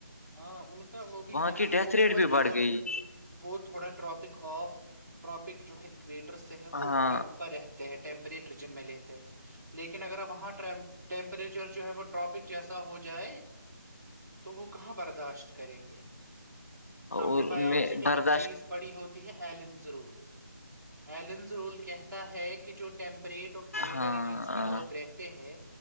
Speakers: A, on the right (about 70°); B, on the left (about 45°).
A: ہاں ان کا وہ بھی
B: وہاں
A: ہے
B: کی
A: نا
B: ڈیتھ
A: وہ
B: ریٹ
A: اوپر
B: بھی
A: کی
B: بڑھ
A: طرح
B: گئی
A: وہ تھوڑا ٹراپک آف ٹاپک جو ہے اکویٹر سے ہے وہ
B: ہاں
A: تھوڑے ا رہتے ہیں ٹیمپری ریجن میں لیتے ہیں لیکن اگر وہاں ٹیمپریچر جو ہے وہ ٹراپک جیسا ہو جائے تو وہ کہاں برداشت کریں گے ہم
B: اور
A: نے بایولوجی
B: ان
A: میں
B: برداشت
A: ایک چیز پڑی ہوتی ہے ایلنزرول ایلنزرول کہتا ہے کہ جو ٹیمپل پریٹ اور کولڈر
B: ہاں
A: ریجنس
B: ہاں
A: میں لوگ رہتے ہیں